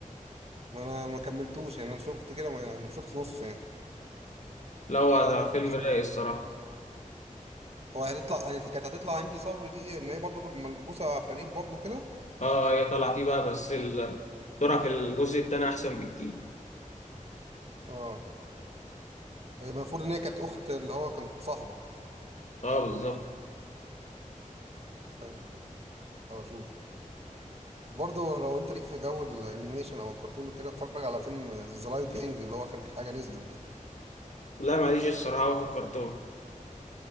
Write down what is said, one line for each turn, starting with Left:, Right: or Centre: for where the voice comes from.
Right: ما انا ما كملتوش يعني انا شفت كده ما يعني، شفت نص يعني
Left: لا هو فيلم
Right: بس
Left: رايق الصراحه
Right: هو هتطلع هي كانت هتطلع هندي صبري دي ان هي برضو ملبوسه فريد برضو كده
Left: اه هي طالعه فيه بقى بس ال- دورها في الجزء التاني احسن بكتير
Right: اه هي المفروض ان هي كانت اخت اللي هو كان صاحبه
Left: اه بالظبط
Right: حلو ده هبقى اشوفه وبرضه لو انت ليك في جو الانيميشن او الكرتون وكده اتفرج على فيلم ذا لايون كينج اللي هو اخر حاجه نزلت ده
Left: لا ماليش الصراحه هو في الكرتون